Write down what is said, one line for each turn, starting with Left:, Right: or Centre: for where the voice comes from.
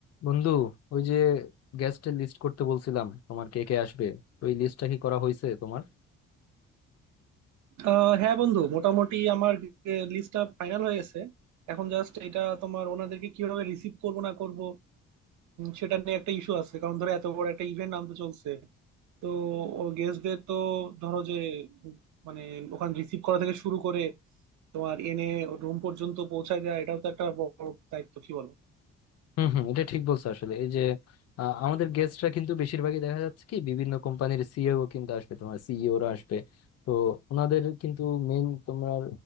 Left: বন্ধু ওই যে গেস্টের লিস্ট করতে বলছিলাম তোমার কে কে আসবে ওই লিস্টটা কি করা হয়েছে তোমার
Right: আহ হ্যাঁ বন্ধু মোটামুটি আমার লিস্টটা ফাইনাল হয়ে গেছে এখন জাস্ট এটা তোমার ওনাদেরকে কিভাবে রিসিভ করব না করব সেটা নিয়ে একটা ইস্যু আছে কারণ ধরো এত বড় একটা ইভেন্ট আনতে চলছে তো ও গেস্টদের তো ধরো যে উম, মানে ওখানে রিসিভ করা থেকে শুরু করে তোমার এনে রুম পর্যন্ত পৌঁছায় দেওয়া এটাও তো একটা বড় দায়িত্ব কি বলো
Left: হম হম এটা ঠিক বলছো আসলে এই যে আহ, আমাদের গেস্টরা কিন্তু বেশিরভাগই দেখা যাচ্ছে কি বিভিন্ন কোম্পানির সিইও কিন্তু আসবে তোমার সিইওরা আসবে তো ওনাদের কিন্তু মেইন তোমার